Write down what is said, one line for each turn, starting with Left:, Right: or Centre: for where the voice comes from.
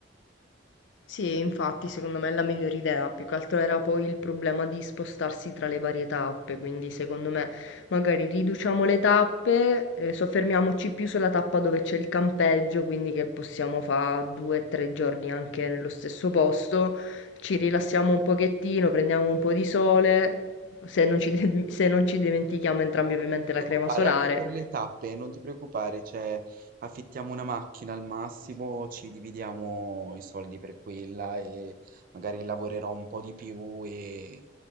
Left: Sì, infatti, secondo me è la migliore idea. Più che altro era poi il problema di spostarsi tra le varie tappe, quindi secondo me magari riduciamo le tappe, eh, soffermiamoci più sulla tappa dove c'è il campeggio, quindi che possiamo fare due o tre giorni anche nello stesso posto, ci rilassiamo un pochettino, prendiamo un po' di sole, se non ci, <laughs> se non ci dimentichiamo entrambi
Right: No,
Left: ovviamente
Right: ma non ti preoccupare,
Left: la crema solare.
Right: anche per le tappe, non ti preoccupare, cioè affittiamo una macchina al massimo, ci dividiamo i soldi per quella e magari lavorerò un po' di più e